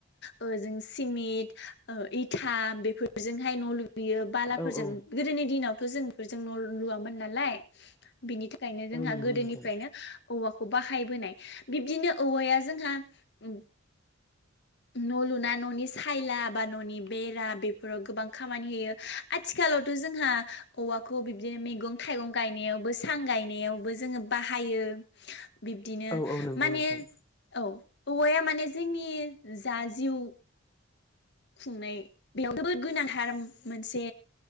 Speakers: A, on the left; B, on the left.
A: ओ सिमेन्ट ओ इथा बेफोरजोंहाय न' लुैयो बालाफोरजों
B: औ औ
A: गोदोनि दिनावथ' जों बेफोरजों न' लुवा मोन नालाय बिनि थाखायनो जोंहा
B: औ नंगौ
A: गोदोनिफ्रायनो
B: नोंथां
A: औवाखौ बाहा फाय फैनाय बिब्दिनो औवाया जोंहा उम न' लुना, न'नि सायला बा न'नि बेरा बेफोराव गोबां खामानि होयो आथिखालावथ जों हा औवाखौ बि दि मैगं - थाइगं गायनायावबो सां गायनायावबो जोङो बाहायो बिब्दिनो
B: औ औ नंगौ
A: माने
B: नोंथां
A: औ औवाया माने जोंनि जा जिउ खुंनाय बेयाव जोबोद गोनांथार मोनसे